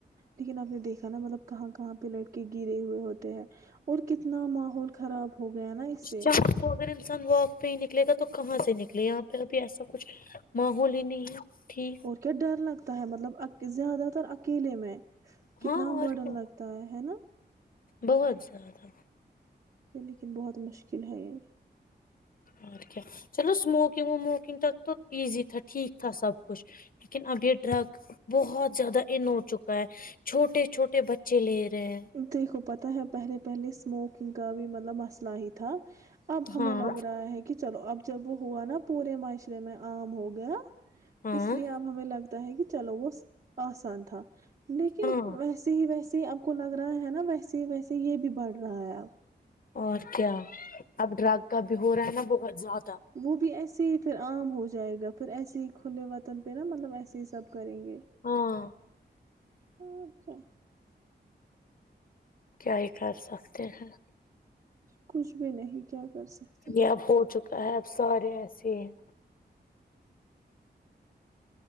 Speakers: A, on the right; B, on the left.
A: لیکن آپ نے دیکھا نا مطلب کہاں کہاں پہ لڑکے گرے ہوئے ہوتے ہیں اور کتنا ماحول خراب ہو گیا نا اس سے
B: شام کو اگر انسان وااک پہ ہی نکلے گا تو کہاں سے نکلے یہاں پہ ابھی ایسا کچھ ماحول ہی نہیں ہے ٹھیک
A: اور کیا ڈر لگتا ہے مطلب زیادہ تر اکیلے میں کتنا
B: ہاں اور
A: برڈن
B: کیا
A: لگتا ہے ہے نا
B: بہت زیادہ
A: لیکن بہت مشکل ہے یہ
B: اور کیا چلو اسموکنگ وموکنگ تک تو ایزی تھا ٹھیک تھا سب کچھ لیکن اب یہ ڈرگ بہت زیادہ ان ہو چکا ہے چھوٹے چھوٹے بچے لے رہے ہیں
A: دیکھو پت تا ہے پہلے پہلے اسموکنگ کا بھی مطلب مسئلہ ہی تھا اب ہمیں
B: ہاں
A: لگ رہا ہے کہ چلو اب جب وہ ہوا نا پورے معاشرے میں عام ہو گیا
B: ہاں
A: اس لیے اب ہمیں لگتا ہے کہ چلو وہ آسان تھا لیکن
B: ہاں
A: ویسے ہی ویسے <unintelligible> کو لگ رہا ہے نا ویسے ہی ویسے یہ بھی بڑھ رہا ہے اب
B: اور کیا اب ڈرگ کا بھی ہو رہا ہے نا بہت زیادہ
A: وہ بھی ایسا ایسے ہی پھر عام ہو جائے گا پھر ایسے ہی کھلے وطن پہ نا مطلب ایسے ہی سب کریں گے
B: ہاں
A: اچھا
B: کیا ہی کر سکتے ہیں
A: کچھ بھی نہیں کیا کر سکتے
B: یہ اب ہو چکا ہے اب سارے ایسے ہیں